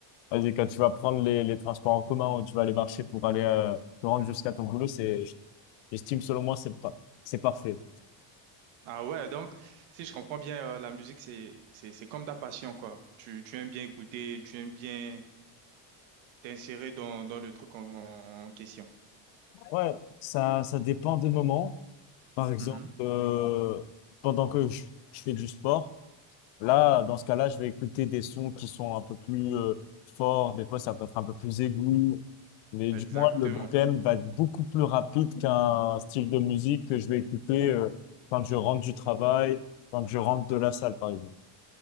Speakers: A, on the left; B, on the right.
A: Vas-y, quand tu vas prendre les, les transports en commun ou tu vas aller marcher pour aller euh, te rendre jusqu'à ton boulot, c'est, j'estime selon moi, c'est pas, c'est parfait.
B: Ah ouais, donc, si je comprends bien, euh, la musique, c'est, c'est, c'est comme ta passion, quoi. Tu, tu aimes bien écouter, tu aimes bien t'insérer dans, dans le truc en, en question.
A: Ouais, ça, ça dépend des moments. Par exemple,
B: Mhm.
A: euh, pendant que je, je fais du sport, Là, dans ce cas-là, je vais écouter des sons qui sont un peu plus euh, forts. Des fois, ça peut être un peu plus aigu. Mais
B: Exactement.
A: du moins, le BPM va être beaucoup plus rapide qu'un style de musique que je vais écouter euh, quand je rentre du travail, quand je rentre de la salle, par exemple.